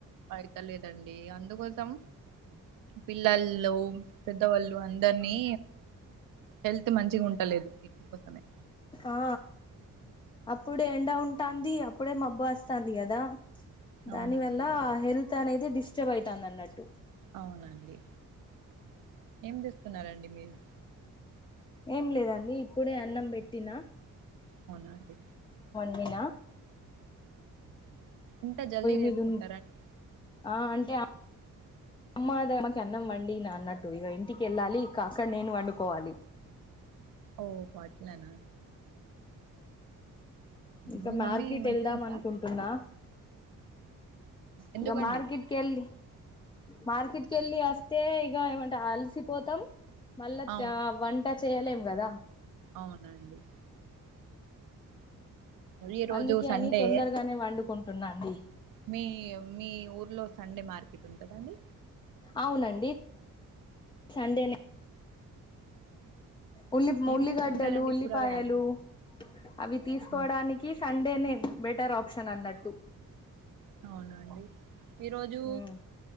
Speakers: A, on the right; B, on the left.
A: పడత లేదండి అందుకోసం పిల్లళ్ళు పెద్దవాళ్ళు అందర్నీ హెల్త్ మంచిగ ఉండలేదు వ మీకోసమే
B: ఆ అప్పుడే ఎండ ఉంటాంది అప్పుడే మబ్బు వస్తాంది కదా దాని
A: అవునండి
B: వల్ల హెల్త్ అనేది డిస్టర్బ్ అయితాంది అన్నట్టు
A: అవునండి ఏం చేస్తున్నారండి మీరు
B: ఏం లేదండి ఇప్పుడే అన్నం పెట్టినా
A: కొనాలి
B: నేనా
A: ఇంత జల్దీ చేసుకుంటారండి
B: మీద ఉన్ ఆ అంటే అమ్మా మాకు అన్నం వండి అన్నట్టు ఇక ఇంటికి వెళ్ళాలి ఇంక అక్కడ నేను వండుకోవాలి
A: ఓ అట్లనా
B: ఇంకా
A: మీ
B: మార్కెట్
A: మమ్మీ మంచిగుందా
B: ఎళ్దాం అనుకుంటున్నా
A: ఎందుకండి
B: ఇంక మార్కెట్ కెల్లి మార్కెట్కి వెళ్ళి వస్తే ఇక ఏమంటే అలసిపోతాం మళ్ళ
A: అవును
B: వంట చేయలేం కదా
A: అవునండి ఈ రోజు
B: అందుకే
A: సండే
B: అని తొందరగానే వండుకుంటున్నాండి
A: మీ మీ ఊర్లో సండే మార్కెట్ ఉంటుందండి
B: అవునండి సండేనే ఉల్లి
A: ఏం
B: ఉల్లిగడ్డలు
A: తీసుకుంటారండి
B: ఉల్లిపాయలు
A: కూరగాయలు
B: అవి తీసుకోవడానికి
A: ఆ
B: సండేనే బెటర్ ఆప్షన్ అన్నట్టు
A: అవునండి ఈరోోజు
B: ఉమ్